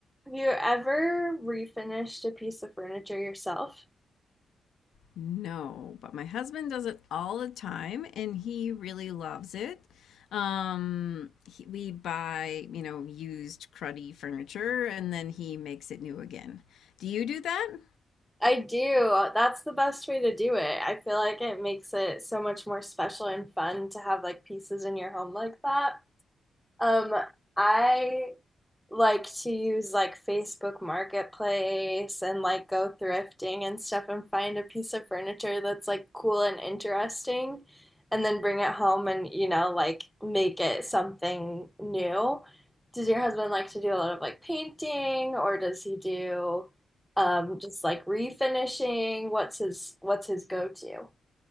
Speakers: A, in the centre; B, on the left (about 80°).
A: Have you ever refinished a piece of furniture yourself?
B: No, but my husband does it all the time and he really loves it. Um, he, we buy, you know, used cruddy furniture and then he makes it new again. Do you do that?
A: I do. That's the best way to do it. I feel like it makes it so much more special and fun to have like pieces in your home like that. Um, I like to use like Facebook Marketplace and like go thrifting and stuff and find a piece of furniture that's like cool and interesting and then bring it home and you know like make it something new. Does your husband like to do a lot of like painting or does he do um just like refinishing? What's his what's his go-to?